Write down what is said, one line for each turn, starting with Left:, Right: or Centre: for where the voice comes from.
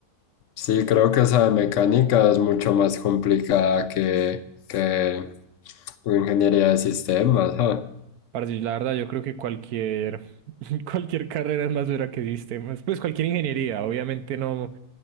Left: Sí, creo que esa de mecánica es mucho más complicada que, que ingeniería de sistemas. ah.
Right: Parce, la verdad, yo creo que cualquier, <laughs> cualquier carrera es más dura que sistemas. Pues cualquier ingeniería, obviamente no